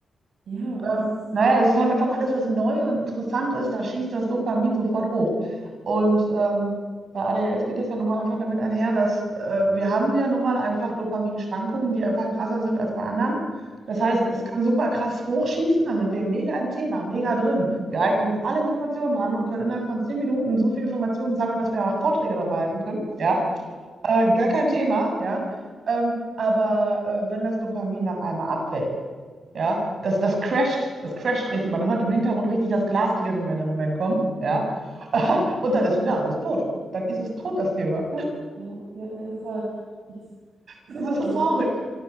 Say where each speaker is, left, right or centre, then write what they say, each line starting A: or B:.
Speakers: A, on the right (about 65°); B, on the right (about 50°).
A: Ja,
B: Ähm,
A: es ist,
B: naja, es ist halt einfach alles, was neu und interessant ist, da schießt das Dopamin sofort hoch. Und ähm, bei ADHS geht das ja nun mal einfach damit einher, dass äh, wir haben ja nun mal einfach Dopaminschwankungen, die einfach krasser sind als bei anderen. Das heißt,
A: ja.
B: es kann super krass hochschießen, dann sind wir mega im Thema, mega drin. Wir eignen uns alle Informationen an und können innerhalb von zehn Minuten so viel Informationen sammeln, dass wir danach Vorträge darüber halten können. Ja, äh, gar kein Thema, ja. Ähm, aber äh, wenn das Dopamin dann einmal abfällt, ja, das, das crasht, das crasht richtig. Man hört im Hintergrund richtig das Glas klirren, wenn der Moment kommt. Ja. <laughs> Und dann ist,
A: Hm,
B: ja, das ist tot. Dann ist es tot, das Thema.
A: Perfekt. Ja, ja, ja, total. Ich, total.
B: Das ist
A: Also.
B: so traurig.